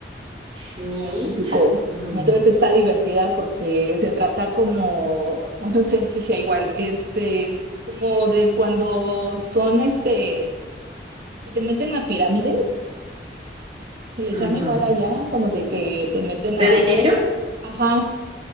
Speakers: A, on the right; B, on the right.
A: Sí,
B: en México.
A: no.
B: Entonces está divertida porque se trata como, bueno, no sé si sea igual, este, como de cuando son, este, que te meten a pirámides Se les
A: Ajá.
B: llama igual allá, como de que te meten a,
A: ¿De dinero?
B: ajá,